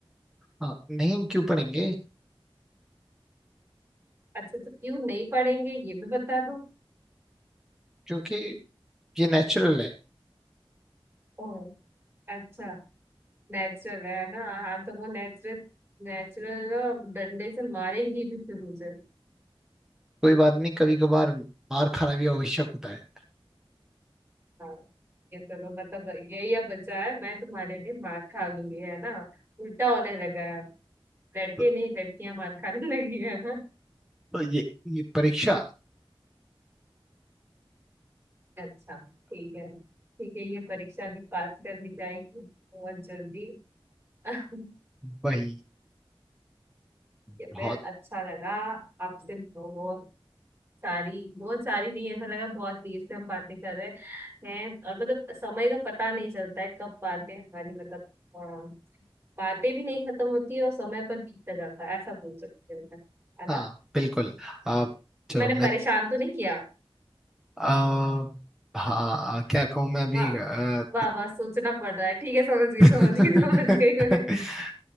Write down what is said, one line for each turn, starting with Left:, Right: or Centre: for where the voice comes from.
Centre: हाँ नहीं क्यों पढ़ेंगे
Right: अच्छा तो क्यों नहीं पढ़ेंगे ये भी बता दो
Centre: क्योंकि ये नेचुरल है
Right: ओह, अच्छा नेचुरल है ना हाँ तो वो नेचुरल नेचुरल डंडे से मारेंगी भी फिर मुझे
Centre: कोई बात नहीं कभी कभार मार खाना भी आवश्यक होता है
Right: हाँ ये चलो मतलब यही अब बचा है मैं तुम्हारे लिए मार खा लूंगी है ना उल्टा होने लगा है अब। लड़के
Centre: तो,
Right: नहीं लड़कियां मार खाने लगी है ना
Centre: तो ये ये परीक्षा
Right: अच्छा ठीक है ठीक है ये परीक्षा भी पास कर ली जाएगी बहुत जल्दी <laughs>
Centre: वही बहुत
Right: ये फिर अच्छा लगा आपसे बहुत सारी बहुत सारी नहीं ऐसा लगा बहुत देर से हम बातें कर रहे हैं और मतलब समय का पता नहीं चलता है कब बातें हमारी मतलब अ, बातें भी नहीं खत्म होती और समय पर बीतता जाता है ऐसा बोल सकते हैं मैं, है
Centre: हाँ
Right: ना
Centre: बिल्कुल आप चलो
Right: मैंने
Centre: मैं
Right: परेशान तो नहीं किया
Centre: आ, हाँ क्या कहूँ मैं अभी
Right: हाँ
Centre: अ,
Right: वाह वाह सोचना पड़ रहा है ठीक है समझ गई समझ
Centre: <laughs>
Right: गई समझ गई
Centre: क्या
Right: मैं।